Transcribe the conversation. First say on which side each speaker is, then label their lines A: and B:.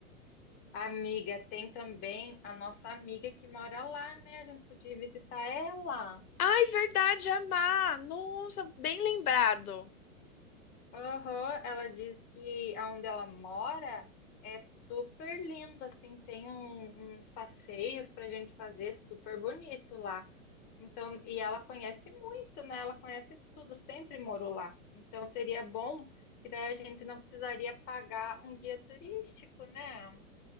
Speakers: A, on the left (about 25°); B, on the left (about 80°).
A: Amiga, tem também a nossa amiga que mora lá, né? A gente podia visitar ela.
B: Ai, verdade, Amar. Nossa, bem lembrado.
A: Aham, Ela diz que aonde ela mora é super lindo, assim, tem um- uns passeios pra gente fazer super bonito lá. Então, e ela conhece muito, né? Ela conhece tudo, sempre morou lá. Então, seria bom que daí a gente não precisaria pagar um guia turístico, né?